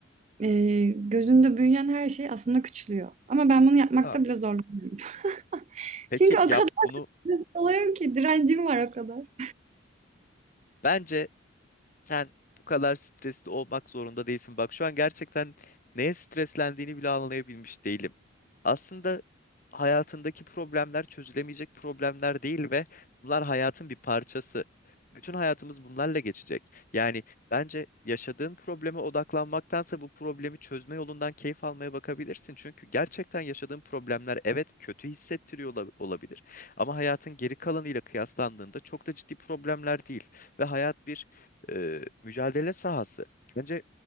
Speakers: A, on the right (about 35°); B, on the left (about 40°).
A: e, gözünde büyüyen her şey aslında küçülüyor. Ama ben bunu yapmakta
B: Aa,
A: bile zorlanıyorum. <laughs>
B: peki
A: Çünkü o
B: yap
A: kadar
B: bunu.
A: stresli oluyorum ki direncim var o kadar.
B: Bence Sen bu kadar stresli olmak zorunda değilsin. Bak şu an gerçekten neye streslendiğini bile anlayabilmiş değilim. Aslında hayatındaki problemler çözülemeyecek problemler değil ve bunlar hayatın bir parçası. Bütün hayatımız bunlarla geçecek. Yani bence yaşadığın probleme odaklanmaktansa bu problemi çözme yolundan keyif almaya bakabilirsin. Çünkü gerçekten yaşadığın problemler evet kötü hissettiriyor ola- olabilir. Ama hayatın geri kalanıyla kıyaslandığında çok da ciddi problemler değil. Ve hayat bir e, mücadele sahası. Bence